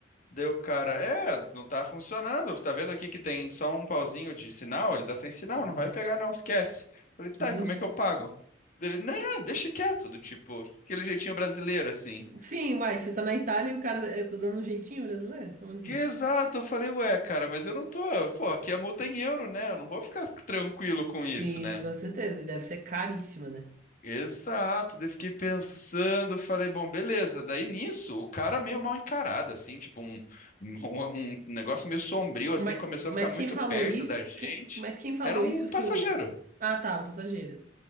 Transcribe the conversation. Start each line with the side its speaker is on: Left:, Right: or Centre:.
Left: Daí o cara: é, não tá funcionando. Você tá vendo aqui que tem só um pauzinho de sinal? Ele tá sem sinal,
Right: Uhum.
Left: não vai pegar não, esquece. Eu falei: tá,
Right: Entendi.
Left: e como é que eu pago? Daí Ele: não, deixa quieto, do tipo, aquele jeitinho brasileiro assim.
Right: Sim, uai, você tá na Itália e o cara. Eu tô dando um jeitinho brasileiro? Como assim?
Left: Que Exato, eu falei, ué, cara, mas eu não tô, pô, aqui a multa é em euro, né? Eu não vou ficar tranquilo com
Right: Sim,
Left: isso, né?
Right: com certeza. E deve ser caríssima, né?
Left: Exato, daí eu fiquei pensando, falei, bom, beleza. Daí nisso, o cara meio mal encarado, assim, tipo um, <laughs> um, um negócio meio sombrio, assim,
Right: Mas,
Left: começou
Right: mas
Left: a ficar muito
Right: quem falou
Left: perto
Right: isso?
Left: da gente.
Right: Quem, mas quem falou
Left: Era um
Right: isso
Left: passageiro,
Right: foi o. Ah, tá, um passageiro.